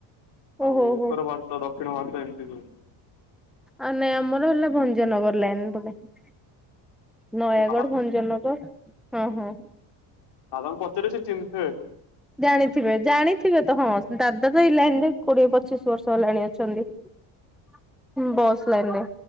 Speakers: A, in the centre; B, on the left (about 60°).
A: ଓହୋ
B: ଆଉ ଉତ୍ତର
A: ହୋ
B: ଭାରତ ଦକ୍ଷିଣ ଭାରତ ଏମିତି ସବୁ
A: ଆଉ ନାଇଁ ଆମର ହେଲା ଭଞ୍ଜନଗର ଲାଇନ <unintelligible> ନୟାଗଡ଼
B: ସବୁ
A: ଭଞ୍ଜନଗର ହଁ ହଁ
B: ସାର୍ ଙ୍କୁ ପଚାରିବ ସେ ଚିହ୍ନିଥିବେ
A: ଜାଣିଥିବେ ଜାଣିଥିବେ ତ ହଁ ଦାଦା ତ ଏଇ ଲାଇନ୍ ରେ କୋଡିଏ ପଚିଶ ବର୍ଷ ହେଲାଣି ଅଛନ୍ତି ହୁ ବସ୍ ଲାଇନ୍ ରେ